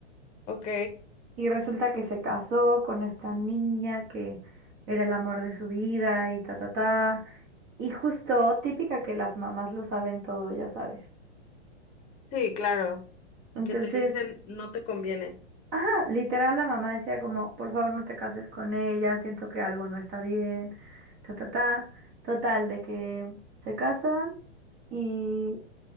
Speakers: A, on the left; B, on the right.
A: Ok,
B: Y resulta que se casó con esta niña que era el amor de su vida y ta, ta, ta. Y justo, típica que las mamás lo saben todo, ya sabes.
A: Sí, claro.
B: Entonces,
A: que te dicen no te conviene.
B: ajá, literal la mamá decía como, por favor no te cases con ella, siento que algo no está bien, ta, ta, ta. Total, de que se casan. Y